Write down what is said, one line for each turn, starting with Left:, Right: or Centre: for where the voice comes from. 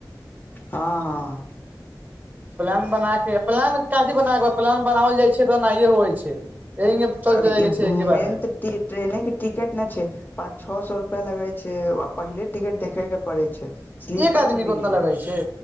Left: हँ हँ
Right: प्लान बना के प्लान का जे बना कऽ प्लान बनाओल जाइ छै तऽ ओनायए होइ छै एहि मे चल
Left: अब
Right: जाय
Left: ई
Right: के छै एके
Left: मेन
Right: बारेमे
Left: तऽ ट्रेने के टिकेट नहि छै पाँच छओ सए रुपआ लगे छै आ पहिले टिकट देखे के पड़े छै स्लीपर
Right: एक आदमी
Left: मे मिली
Right: के उतना लगै छै